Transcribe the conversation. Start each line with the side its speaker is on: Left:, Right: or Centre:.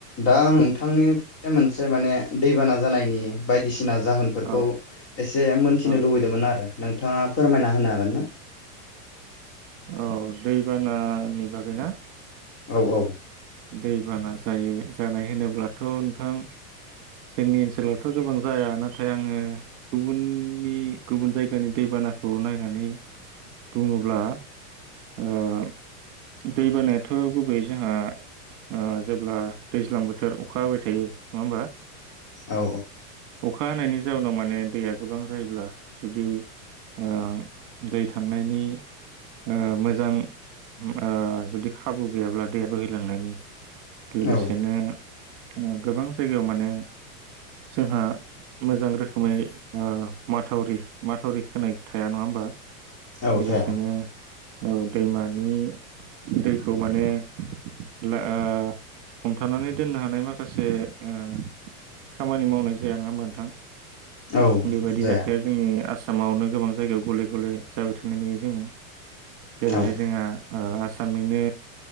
Left: दा आं नोंथांनो बे मोनसे माने दैबाना जानायनि बायदिसिना जाहोनफोरखौ
Right: औ
Left: एसे मोनथिनो
Right: औ
Left: लुबैदोंमोन आरो नों थाङा फोरमायना होनो हागोन ना?
Right: औ दैबानानि बागै ना?
Left: औ औ
Right: दैबाना जायो जानाय होनोब्लाथ' नोंथां जोंनि ओनसोलावथ' गोबां जाया नाथाय आङो गुबुननि गुबुन जायगानि दैबानाखौ नायनानै बुङोब्ला ओह दै बानायाथ' गुबै जोंहा ओ जेब्ला दैज्लां बोथोर अखा हाबाय थायो नङा होमबा
Left: औ
Right: अखा हानायनि जाउनाव माने दैया गोबां जायोब्ला जुदि ओ दै थांनायनि ओ मोजां ओ जुदि खाबु गैयाब्ला दैया बोहैलांनायनि लोगोसेनो
Left: औ
Right: ओ गोबां जायगायाव माने जोंहा मोजां रोखोमै ओ माथावरि माथावरि खोनाय थाया नङा होमबा?
Left: औ
Right: लोगोसेनो
Left: थाया
Right: औ दैमानि दैखौ माने ला ओ हमथानानै दोननो हानाय माखासे ओ खामानि मावनाय जाया नङा होमबा नोंथां।
Left: औ
Right: बे बायदि
Left: जाया
Right: जाथाया जोंनि आसा मावनो गोबां जायगायाव गले गले जाबाय थानाय नुयो जोङो। जेरैहाय
Left: औ
Right: जोंहा ओ आसा सामनिनो